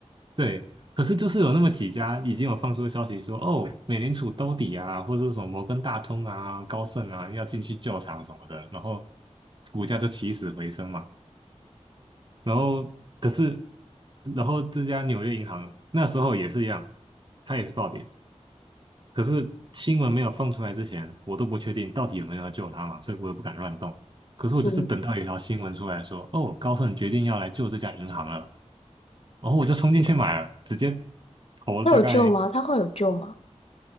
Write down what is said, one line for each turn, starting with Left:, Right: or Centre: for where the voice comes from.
Right: 对，可是就是有那么几家已经有放出消息说，哦，美联储兜底啊，或者说什么摩根大通啊、高盛啊要进去救场什么的，然后股价就起死回生嘛。然后可是，然后这家纽约银行那时候也是一样，它也是暴跌。可是新闻没有放出来之前，我都不确定到底有没有要救它嘛，所以我也不敢乱动。可是我就是等到有一条新闻出来说，
Left: 嗯，
Right: 哦，高盛决定要来救这家银行了，然后我就冲进去买了，直接投了大概。
Left: 那有救吗？他会有救吗？